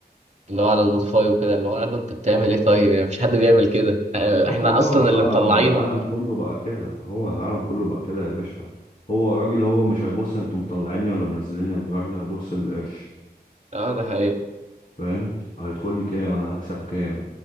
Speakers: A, on the right; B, on the left.
A: اللي هو على سبوتيفاي وكده اللي هو قال له أنت بتعمل إيه طيب يعني مفيش حد بيعمل كده آه،
B: هو
A: إحنا
B: خلاص
A: أصلا
B: بقى
A: اللي مطلعينك
B: العالم كله بقى كده هو العالم كله بقى كده يا باشا هو الراجل هو مش هيبص انتوا مطلعيني ولا منزليني الراجل هيبص للقرش
A: أه ده حقيقة
B: فاهم هيدخل لي كام انا هكسب كام